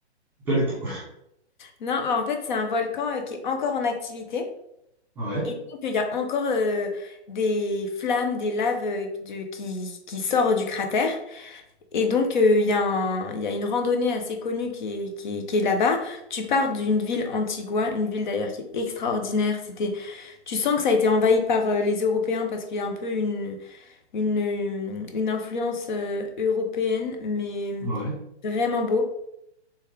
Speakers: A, in the centre; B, on the left.
A: Pas du tout.
B: Non, mais en fait c'est un volcan euh, qui est encore en activité.
A: Ouais.
B: Et donc, il y a encore euh, des flammes, des laves euh, de- qui, qui sortent du cratère. Et donc, euh, il y a un- il y a une randonnée assez connue qui est, qui est- qui est là-bas. Tu pars d'une ville Antigua, une ville d'ailleurs qui est extraordinaire. C'était, tu sens que ça a été envahi par euh, les Européens parce qu'il y a un peu une, une, euh, une influence euh, européenne, mais
A: Ouais.
B: vraiment beau.